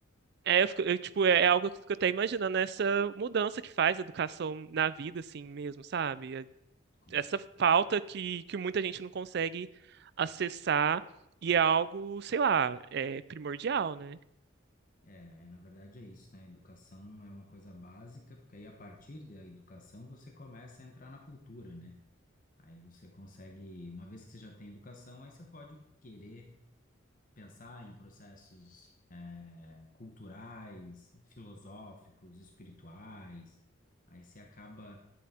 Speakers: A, on the right; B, on the left.
A: É, eu fico- eu, tipo, é é algo que eu fico até imaginando essa mudança que faz a educação na vida, assim mesmo, sabe? É-
B: com
A: Essa
B: certeza.
A: falta que, que muita gente não consegue acessar e é algo, sei lá, é primordial, né?
B: É, é, na verdade é isso, né? Educação é uma coisa básica, porque aí a partir da educação você começa a entrar na cultura, né? Aí você consegue, uma vez que você já tem educação, aí você pode querer pensar em processos, é, culturais, filosóficos, espirituais. Aí você acaba